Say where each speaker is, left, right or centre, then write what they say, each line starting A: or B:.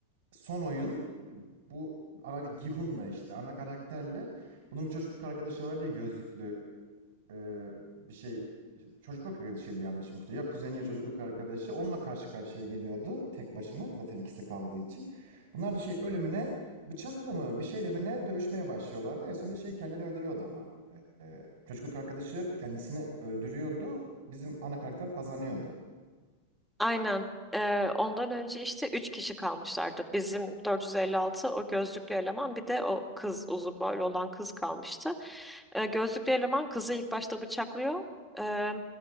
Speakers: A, on the right (about 70°); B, in the centre.
A: son oyun bu ana Gihun'la işte ana karakterle bunun bir çocukluk arkadaşı var diye gözlüklü e, bir şey çocukluk arkadaşıydı yanlış yoksa ya kuzeni ya çocukluk arkadaşı onunla karşı karşıya geliyordu tek başına zaten ikisi kaldığı için. Bunlar da şey ölümüne bıçakla mı bir şeyle mi ne dövüşmeye başlıyorlardı. En sonunda şey kendini öldürüyordu ama. E, e, çocukluk arkadaşı kendisini öldürüyordu. Bizim ana karakter kazanıyordu.
B: Aynen. Ee, ondan önce işte 3 kişi kalmışlardı. Bizim 456 o gözlüklü eleman bir de o kız uzun boylu olan kız kalmıştı. Ee, gözlüklü eleman kızı ilk başta bıçaklıyor. Ee,